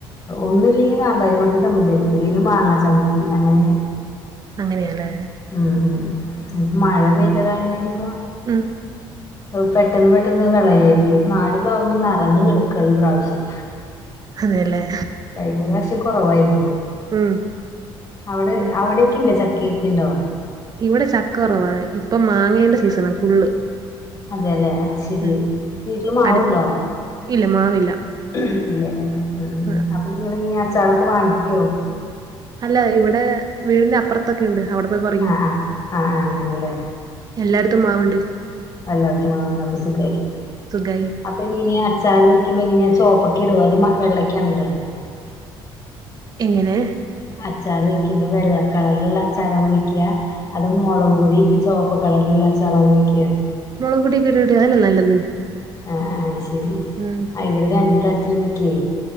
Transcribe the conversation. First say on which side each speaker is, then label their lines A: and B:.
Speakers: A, on the left; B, on the right.
A: ഒന്നുല്ലെങ്കിൽ കാന്താരി മുളക് ചമ്മന്തിയരക്കും ല്ലെങ്കിൽ മാങ്ങാ ചമ്മന്തി അങ്ങനെ.
B: അങ്ങനെ ല്ലെ.
A: ഉം ഉം മഴ പെയ്ത കാരണഞിപ്പോ.
B: ഉം
A: പെട്ടെന്ന് പെട്ടെന്ന് വിളയായിരിക്കും. ന്നാല് പ്ലാവ്മ്മിം നെറഞ്ഞ് കെട്ക്കാ ഈ പ്രാവശ്യം.
B: അതെല്ലേ
A: കഴിഞ്ഞ പ്രാവശ്യം കൊറവായിരുന്നു
B: ഉം
A: അവിടെ
B: ഉം
A: അവിടിം. ക്കിണ്ട ചക്കീക്കണ്ടോ.
B: ഇവടെ ചക്ക കെറവാ ഇപ്പ മാങ്ങെന്റെ സീസണാ ഫുള്ള്.
A: അതെ.. ലെ അത് ശെരി
B: ഉം
A: വീട്ടില് മാവുണ്ടോ.
B: അടു ഇല്ല മാവില്ല
A: ഇം ഇല്ലൃ ല്ലെ.
B: ആ,
A: അപ്പൊ നിങ്ങളിഞി അച്ചാറൊക്കെ വാങ്ങിക്കേ.
B: അല്ല ഇവിടെ വീടിനപ്പർ ക്കണ്ട് അവിടെ പോയി പറിക്കും.
A: ആഹ് ആഹ് ആഹ് ആഹ് അങ്ങനെല്ലേ
B: എല്ലാട്ത്തുംമാവ്ണ്ട്.
A: എല്ലാട്ത്തും മാവ്ണ്ട് അപ്പൊ സുഖായി
B: സുഖായി
A: അപ്പൊ ഇനിയച ചാറ് വെക്കുമ്പേ എങ്ങെനാ ചേപ്പെക്കെടേ അത് വെള്ളക്കാണ് ഇടാ.
B: എങ്ങനെ.
A: അച്ചാറ് വെയ്ക്കുമ്പോ വെള്ളക്കളർല്ള്ള അച്ചാറാ വെയ്ക്കാ. അത് മുളക് പൊടി ഇട്ട് ചേപ്പ് കളർല്ള്ള അച്ചാറാണ് വെയ്ക്കാ
B: മുളകൊടിക്കെ ഇട്ടിട്ട് അതെല്ലെ നല്ലത്.
A: ആഹ് ആഹ് അയ്ശെരി.
B: ഉം
A: ഇവിടെ രണ്ട് തരത്തിലുവെക്കെ,